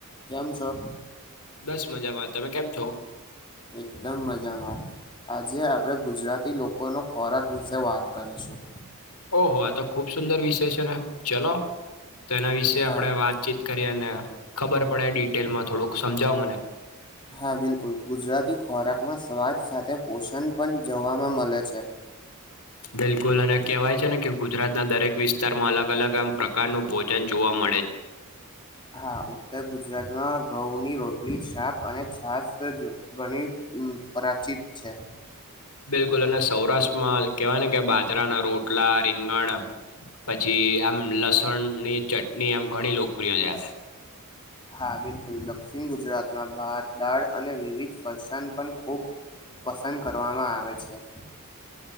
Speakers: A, on the left; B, on the left.
A: કેમ છો.
B: બસ મજામાં તમે કેમ છો
A: એકદમ મજામાં. આજે આપણે ગુજરાતી લોકોનો ખોરાક વિશે વાત કરીશું.
B: ઓહો આ તો ખુબ સુંદર વિષય છે ને ચલો તો એના વિશે આપણે
A: હા
B: વાત. ચીત કરી અને ખબર પડે ડિટેલમાં થોડુંક સમજાવો મને.
A: હા બિલકુલ ગુજરાતી ખોરાકમાં સ્વાદ સાથે પોષણ પણ જોવામાં મળે છે. <inaudible>
B: બિલકુલ અને કહેવાય છે ને કે ગુજરાતના દરેક વિસ્તારમાં અલગ અલગ આમ પ્રકારનું ભોજન ભોજન જોવા મળ
A: હા ઉત્તર ગુજરાતમાં ઘઉની રોટલી શાક અને છાસ ગણી પાચિત છે.
B: બિલકુલ અને સૌરાષ્ટ્રમાં કેવાય ને કે બાજરાના રોટલા રીંગણ પછી આમ લસણની ચટણી આમ ઘણી લોકપ્રિય છે.
A: હા બિલકુલ દક્ષિણ ગુજરાતમાં ભાત દાળ અને વિવિધ ફસાણ પણ ખૂબ પસંદ કરવામાં આવે છે.